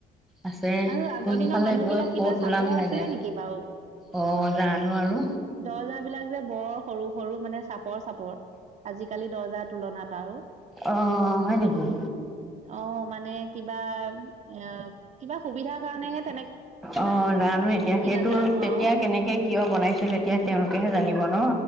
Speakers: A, in the centre; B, on the right.
A: আছে
B: আৰু আগৰ
A: কোনফালে
B: দিনৰ মানুহ
A: গৈ
B: বিলাক কিবা
A: ক'ত
B: চাপৰ
A: ওলাম লাগে
B: আছিলে নেকি বাৰু?
A: অ জানো আৰু
B: দৰ্জা বিলাক যে বৰ সৰু সৰু মানে চাপৰ চাপৰ আজিকালি দৰ্জাৰ তুলনাত আৰু
A: অ হয় নেকি
B: অ' মানে কিবা এ কিবা সুবিধাৰ কাৰনেহে হে
A: অ' জানো এতিয়া সেইটো
B: নাজানো
A: তেতিয়া
B: আৰু
A: কেনেকে কিয় বনাইছিলে। এতিয়া তেওঁলোকেহে জানিব ন